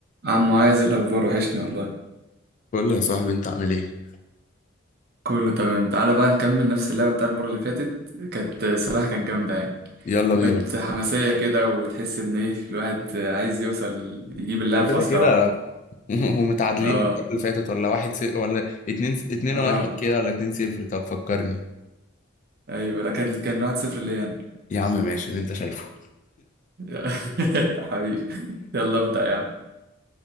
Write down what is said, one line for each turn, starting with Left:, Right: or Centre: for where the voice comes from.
Right: عم معاذ إيه الاخبار وحشني والله
Left: قول لي يا صاحبي انت عامل ايه
Right: كله تمام تعالى بقى نكمل نفس اللعبه بتاع المره اللي فاتت كانت صراحه كانت جامده يعني
Left: يلا
Right: وكانت
Left: بينا
Right: حماسيه كده وتحس ان ايه الواحد عايز يوصل ل- يجيب اللعب
Left: احنا
Right: في
Left: كده
Right: اسرع
Left: كده
Right: وقت
Left: <laughs> ومتعادلين
Right: اه
Left: من المره اللي فاتت ولا واحد س... ولا اتنين اتنين
Right: اه
Left: واحد كده ولا اتنين صفر طب فكرني
Right: ايوه لا كان كان واحد صفر ليا
Left: يا عم ماشي اللي انت شايفه
Right: انا <laughs> حبيبي يلا ابدا يا عم